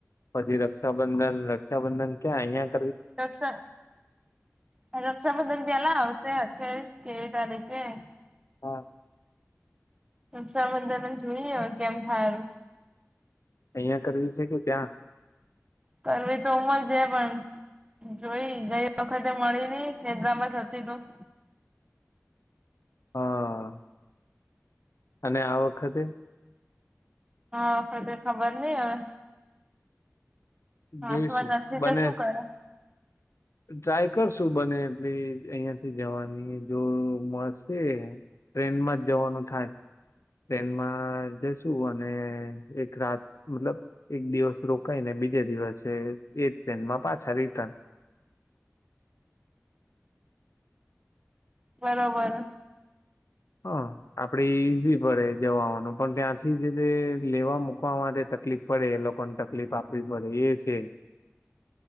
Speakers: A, on the left; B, on the right.
A: પછી રક્ષાબંધન રક્ષાબંધન ક્યાં અહીંયા
B: રક્ષા રક્ષાબંધન પેલા આવશે. <unintelligible>
A: હા
B: રક્ષાબંધન જોઈએ હવે કેમ થાય
A: અહિયાં કરવી છે કે ત્યાં?
B: કરવી તો <unintelligible> છે પણ જોઈ ગઈ વખતે મળી નઇ <unintelligible> ધરતીકંપ
A: હા અને આ વખતે
B: હા ક ખબર નહ હવે
A: જોઈશું
B: હાથમાં નથી
A: બને
B: તો શું કરે
A: ટ્રાય કરશું બને એ અહિયાંથી જવાની જો મળશે ટ્રેન માં જ જવાનું થાય ટ્રેનમાં જશુ અને એક રાત મતલબ એક દિવસ રોકાઈને બીજે દિવસે એ ટ્રેનમાં પાછા રિટર્ન
B: બરોબર
A: હા આપડે ઈઝી પડે જવા અવવાનું પણ ત્યાંથી જે છે લેવા મુૂકવા માટે તકલીફ પડે એ લોકોને તકલીફ આપવી પડે એ છે.